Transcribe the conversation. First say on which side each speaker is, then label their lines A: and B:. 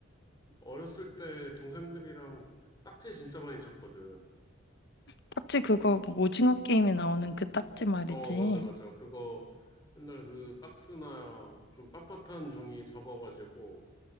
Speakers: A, on the left (about 20°); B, on the left (about 55°).
A: 어렸을 때 동생들이랑 딱지 진짜 많이 쳤거든.
B: 딱지 그거 뭐 오징어
A: 응.
B: 게임에 나오는 그 딱지 말이지.
A: 어, 맞아, 맞아. 그거 맨날 그 박스나 좀 빳빳한 종이 접어가지고